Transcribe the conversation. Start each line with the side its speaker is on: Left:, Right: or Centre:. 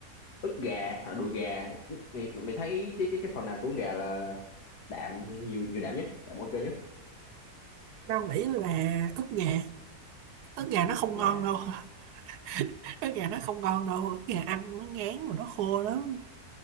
Left: ức gà hoặc là đùi gà mày mày mày thấy cái cái cái phần nào của con gà là đạm nhiều nhiều đạm nhất đạm ok nhất
Right: tao nghĩ là ức gà ức gà nó
Left: ức
Right: không
Left: gà
Right: ngon đâu
Left: hả?
Right: <laughs> ức gà nó không ngon đâu ức gà ăn nó ngán mà nó khô lắm